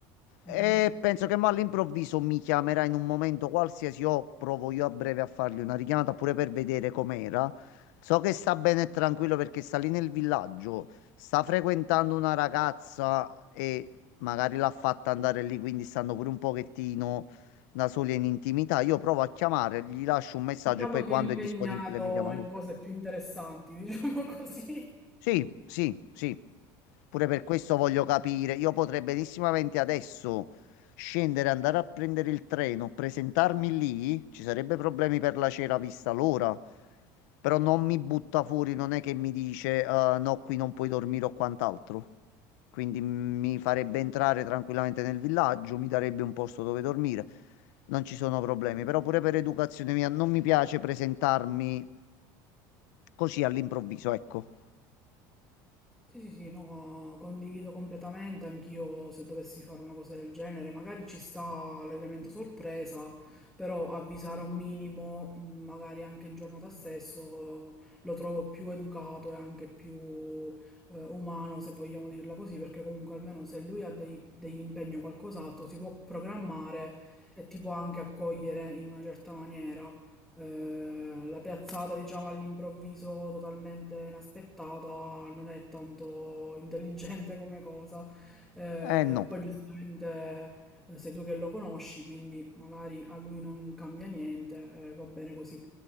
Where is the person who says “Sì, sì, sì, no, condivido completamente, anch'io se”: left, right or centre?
Centre